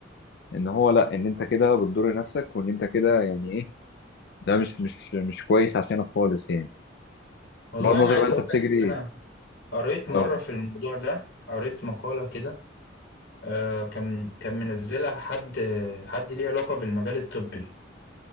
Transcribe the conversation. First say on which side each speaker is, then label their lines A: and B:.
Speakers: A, on the left; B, on the left.
A: ان هو لا ان انت كده بتضر نفسك وان انت كده يعني ايه ده مش مش مش كويس عشانك خالص يعني
B: والله
A: بغض النظر
B: انا عايز
A: بقى انت
B: اقول
A: بتجري
B: لك ان
A: ايه.
B: انا قريت مره
A: اه
B: في الموضوع ده قريت مقاله كده آه كان كان منزلها حد حد ليه علاقه بالمجال الطبي